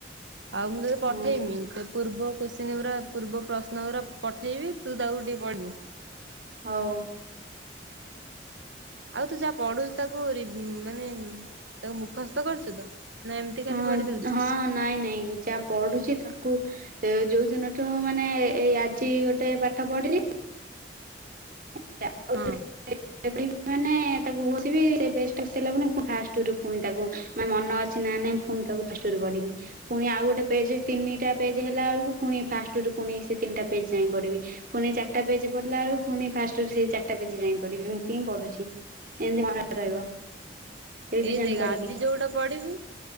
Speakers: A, on the right; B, on the right.
A: ଆଉ ମୁଁ ତତେ ପଠେଇମି
B: ହଁ
A: ତା ପୂର୍ବ କୋଶ୍ଚିନ୍ ଗୁଡ଼ା ପୂର୍ବ ପ୍ରଶ୍ନ ଗୁଡ଼ା ପଠେଇବି ତୁ ତାକୁ ଟିକେ କହିବୁ।
B: ହଉ।
A: ଆଉ ତୁ ଯାହା ପଢୁଛୁ ତାକୁ ରି ମାନେ ତାକୁ ମୁଖସ୍ତ କରୁଛୁ ତ? ନା ଏମିତି ଖାଲି
B: ହଁ
A: ପଢି ଦଉଛୁ
B: ହଁ ନାଇଁ ନାଇଁ ଯା ବଢୁଛି ତାକୁ ତ ଯୋଉ ଦିନଠୁ ମାନେ ଏଇ ଆଜି ଗୋଟେ ପାଠ ପଢିଲି <unintelligible>
A: ହଁ
B: <unintelligible> ମାନେ ତାକୁ ଘୋଷିବି ସେ ଘୋଷି ସରିବା ପରେ ପୁଣି ତାକୁ ମାନେ ମନ ଅଛି ନା ନାଇଁ ଫୁନ୍ ତାକୁ ଫାଷ୍ଟରେ ପଢ଼ିବି। ପୁଣି ଆଉ ଗୋଟେ ପେଜ ତିନିଟା ପେଜ୍ ହେଲା ବେଳକୁ ପୁଣି ଫାଷ୍ଟରୁୁ ପୁଣି ସେ ତିନିଟା ପେଜ୍ ଯାଏଁ ପଡିବି। ଫୁଣି ଚାରଟା ପେଜେ ପଡିଲାବେଳକୁ ଫୁଣି ଫା ରୁ ସେଇ ଚାରିଟା ପେଜେ ଯାଏଁ ପଡିବି ଏମିତି ହିଁ ପଢୁଛି ଏମିତି ହିଁ ମନରେ ରହିବ।
A: ହୁଁ
B: ରିଭିଜନ
A: ଏଇ ଦେ
B: କରିକି
A: ଆଜି ଯୋଉଟା ପଢିବୁ